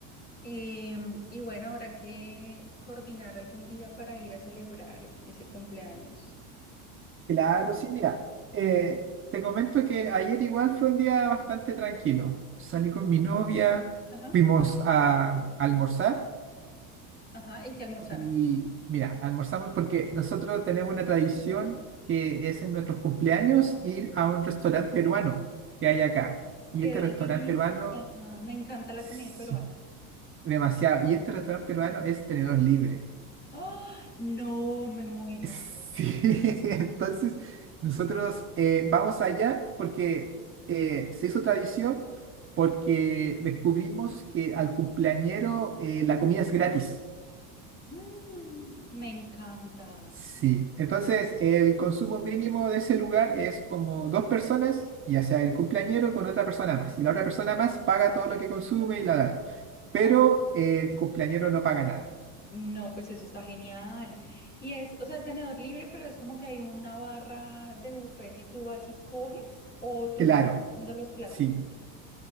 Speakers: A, on the left; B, on the right.
A: Em, y bueno, habrá que coordinar algún día para ir a celebrar ese cumpleaños.
B: Claro, sí, mira, eh, te comento que ayer igual fue un día bastante tranquilo. Salí con mi novia,
A: Ajá,
B: fuimos a almorzar.
A: ajá, y que almorzar.
B: Y mira, almorzamos porque nosotros tenemos una tradición que es en nuestros cumpleaños ir a un restaurante peruano que hay acá. Y
A: Qué
B: este restaurante
A: delicia.
B: peruano,
A: Me encanta la
B: sí,
A: comida peruana.
B: demasiado. Y este restaurante peruano es tenedor libre.
A: ¡Ah! No, me muero.
B: Sí, <laughs> entonces nosotros eh, vamos allá porque eh, se hizo tradición porque descubrimos que al cumpleañero eh, la comida es gratis.
A: Mm, me encanta.
B: Sí, entonces el consumo mínimo de ese lugar es como dos personas, ya sea el cumpleañero con otra persona más, y la otra persona más paga todo lo que consume y la, la, la. Pero
A: Ah,
B: eh, el cumpleañero no paga nada.
A: no, pues eso está genial. Y es, o sea, es tenedor libre, pero es como que hay una barra de buffet y tú vas y coges o tú
B: Claro,
A: vas viendo los platos
B: sí.
A: que quieres.